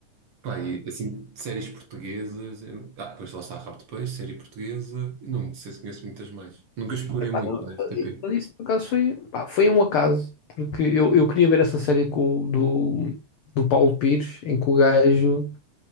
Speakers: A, on the right; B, on the left.
A: Pá, e, assim, de séries portuguesas. eu- Ah, depois lá está Rápido Peixe, série portuguesa. Não sei se conheço muitas mais. Nunca explorei
B: Epá,
A: muito
B: não,
A: o da RTP.
B: mas isso por acaso foi, pá, foi um acaso, porque eu, eu queria ver essa série com, o- do, do Paulo Pires, em que o gajo